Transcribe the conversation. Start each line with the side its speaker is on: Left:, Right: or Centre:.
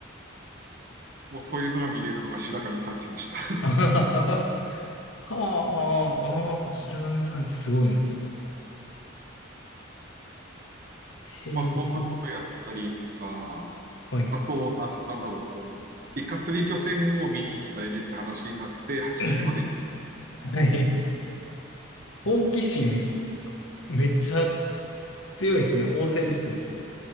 Right: もうそういうのが見れるのが白神山地でした。
Left: あははは。はあ、ああ、白神山地すごいな。へえ、
Right: まあそんなことやったりとか、
Left: はい。
Right: あと、ななんだろう、こう、イカ釣り漁船を見に行きたいねって話になって、八戸まで
Left: <laughs> はい。好奇心、めっちゃつ強いですね。旺盛ですね。